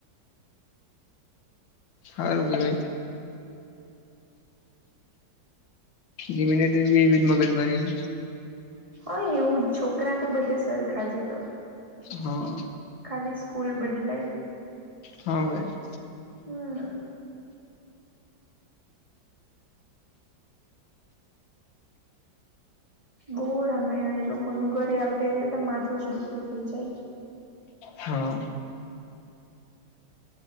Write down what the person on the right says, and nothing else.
હ એવું છોકરા તો બધે સરખાજી તો.
ખાલી સ્કૂલ બદલાય.
હમ. બો રામાય એ લોકો ન ઘરે આવતા એટલે તો માથું જ ડુખલું થઇ જાય.